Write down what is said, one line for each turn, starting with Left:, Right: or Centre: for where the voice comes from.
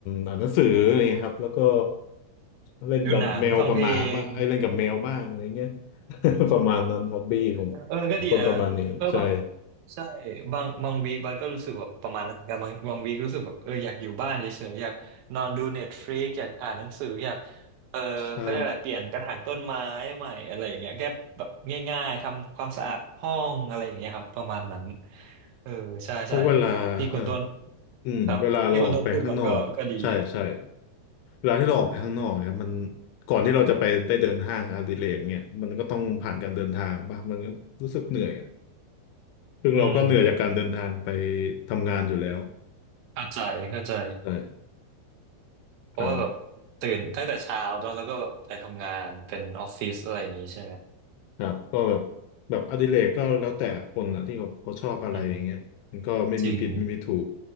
Left: อ่านหนังสืออะไรอย่างเงี้ยครับแล้วก็เล่นกับแมวกับหมาบ้างไอ้ยเล่นกับแมวบ้างอะไรเงี้ย
Right: อยู่หนังฟังเพลง
Left: <laughs> ประมาณนั้นฮ็อบบี้ของ
Right: เออก็ดีนะ
Left: ต้นประมาณนี้ใช่
Right: เออบางใช่บางบางวีคบัสก็รู้สึกแบบประมาณนั้นเหมือนกันบางบางวีครู้สึกแบบเอออยากอยู่บ้านเฉยๆอยากนอนดูเน็ตฟลิก อยากอ่านหนังสืออยาก
Left: <clears throat>
Right: เออเขาเรียกอะไรเปลี่ยนกระถางต้นไม้ใหม่อะไรอย่างเงี้ยแก้แบบง่ายๆ
Left: ใช่
Right: ทำความสะอาดห้องอะไรอย่างเงี้ยครับ ประมาณนั้น เออ ใช่ใช่
Left: เพราะเวลาเออ
Right: ที่คุณต้น
Left: อืมเวลาเราออกไปข้างนอกอะใช่ใช่
Right: ครับที่คุณต้นพูดมาก็ก็ดี
Left: เวลาที่เราออกไปข้างนอกเนี่ยมันก่อนที่เราจะไปได้เดินห้างอดิเรกเนี่ยมันก็ต้องผ่านการเดินทางป่ะมันก็รู้สึกเหนื่อยอ่ะซึ่งเราก็เหนื่อยจากการเดินทางไป
Right: อืม
Left: ทำงานอยู่แล้ว
Right: เข้าใจเข้าใจ
Left: ใช่
Right: เพราะว่าแบบ
Left: หา
Right: ตื่นตั้งแต่เช้าเนอะแล้วก็แบบไปทำงานเป็นออฟฟิศอะไรอย่างงี้ใช่ไหม
Left: ครับก็แบบแบบอดิเรกก็แล้วแต่คนอ่ะที่เขาเขาชอบอะไรอย่างเงี้ยมันก็ไม่มีผิดไม่มีถูก
Right: อืมจริง